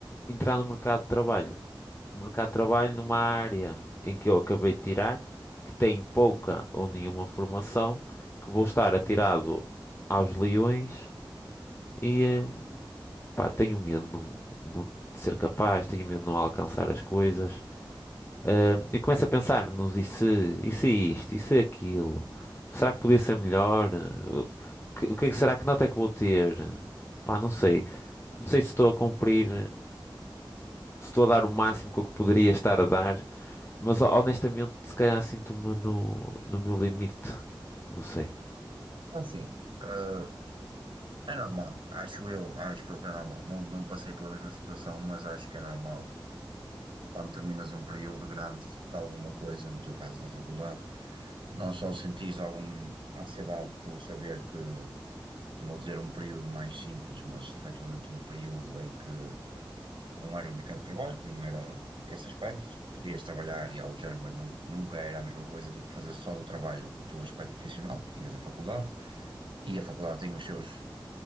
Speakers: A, on the left (about 25°); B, on the right (about 70°).
A: entrar no mercado de trabalho. No mercado de trabalho, numa área em que eu acabei de tirar, que tem pouca ou nenhuma formação, que vou estar atirado aos leões e, eh, pá, tenho medo de não, não ser capaz, tenho medo de não alcançar as coisas. Ah, e começo a pensar nos e se, e se isto, e se aquilo, será que podia ser melhor? Ah, O o que, o que é que será que nota é que vou ter? Pá, não sei. Não sei se estou a cumprir, se estou a dar o máximo que eu poderia estar a dar, mas ho- honestamente, se calhar sinto-me no, no meu limite. Não sei.
B: Assim, eh, é normal, acho eu, acho eu que é normal. Não, não passei pela mesma situação, mas acho que é normal quando terminas um período grande de alguma coisa, no teu caso da faculdade, não só sentis alguma ansiedade por saber que, não vou dizer um período mais simples, mas efetivamente um período em que não era o mercado de trabalho, que não era esse aspecto, podias trabalhar e alojar, mas nun- nunca era a mesma coisa do que fazer só do trabalho o teu aspecto profissional, tinhas a faculdade. E a faculdade tem os seus